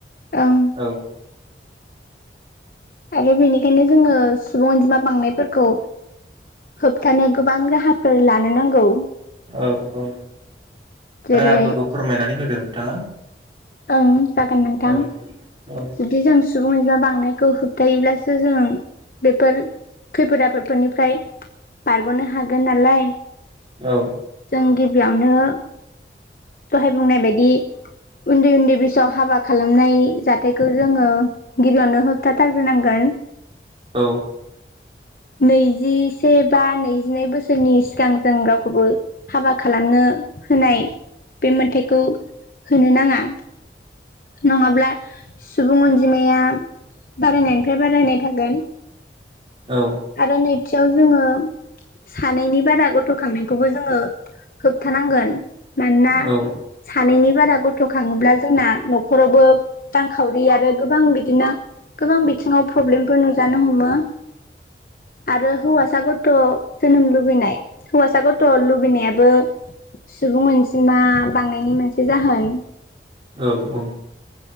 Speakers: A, on the left; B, on the right.
A: ओं।
B: औ
A: आरो बेनिखायनो, जोङो सुबुं अनजिमा बांनायफोरखौ, होबथानो गोबां राहाफोर लानो नांगौ,
B: औ औ
A: जेरै
B: राहाफोरखौ फोरमायनानै होदों, नोंथाङा
A: ओं जागोन नोंथां
B: औ औ
A: जुदि जों सुबुं आनजिमा बांनायखौ होबथायोब्लासो जों, बेफोर खैफद आफोद, फोरनिफ्राय बारग'नो हागोन नालाय
B: औ
A: जों गिबियावनो दहाय बुंनाय बायदि उन्दै उन्दै बैसोआव हाबा खालामनाय जाथायखौ जोङो गिबियावनो होबथा थारग्रोनांगोन,
B: औ
A: नैजिसे बा नैजिनै बोसो सोरनि सिगां जों रावखौबो हाबा खालामनो होनाय बे मोनथायखौ होनो नाङा, नङाब्ला सुबुं अनजिमाया बारायनायनिफ्राय बारायनाय थागोन,
B: औ
A: आरो नै खाथियाव जोङो सानैनि बारा गथ'खांनायखौबो जोङो होबथानांगोन, मानोना
B: औ
A: सानैनि बारा गथ' खाङोब्ला जोंना न'खरावबो रांखावरि आरो गोबां बिदिनो गोबां बिथिङाव प्रब्लेमफोर नुजानो हमो, आरो हौवासा गथ' जोनोम लुबैनाय हौवासा गथ' लुबैनायाबो सुबुं अनजिमा बांनायनि मोनसे जाहोन,
B: औ औ